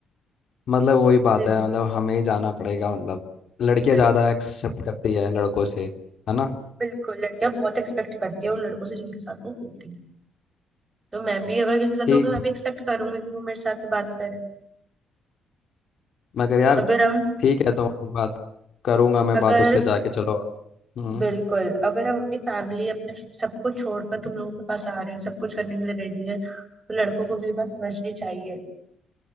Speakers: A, on the left; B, on the right.
A: मतलब वही बात
B: बिल,
A: है मतलब हमें ही जाना पड़ेगा मतलब लड़कियां
B: बिल,
A: ज़्यादा एक्सेप्ट करती है लड़कों से है ना
B: बिल्कुल लड़कियां बहुत एक्सपेक्ट करती है उन लड़कों से जिनके साथ वो होती है तो मैं भी अगर किसी के साथ
A: ठीक
B: होंगी मैं भी एक्सपेक्ट करूंगी कि वो मेरे साथ बात करे
A: मगर यार
B: अगर हम
A: ठीक है तुम्हारी बात करूंगा मैं
B: अगर
A: बात उससे जाके चलो हम्म
B: बिल्कुल अगर हम अपनी फैमिली अपने सबको छोड़कर तुम लोगों के पास आ रहे हैं सब कुछ करने के लिए रेडी है तो लड़कों को भी ये बात समझनी चाहिए